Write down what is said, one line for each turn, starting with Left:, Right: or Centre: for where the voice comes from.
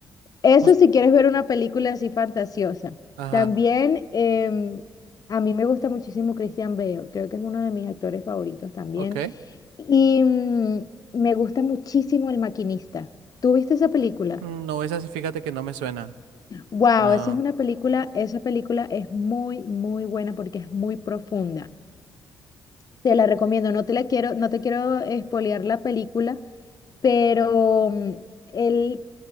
Left: Eso
Right: jus-
Left: si quieres ver una película así fantasiosa.
Right: ajá.
Left: También em, a mí me gusta muchísimo Christian Bale, creo que es uno de mis actores favoritos también.
Right: Ok.
Left: Y mm, me gusta muchísimo El Maquinista. ¿Tú viste esa película?
Right: Mm, No, esa sí, fíjate que no me suena.
Left: Wow,
Right: No.
Left: esa es una película, esa película es muy, muy buena porque es muy profunda. Te la recomiendo, no te la quiero, no te quiero espolear la película, pero mm, él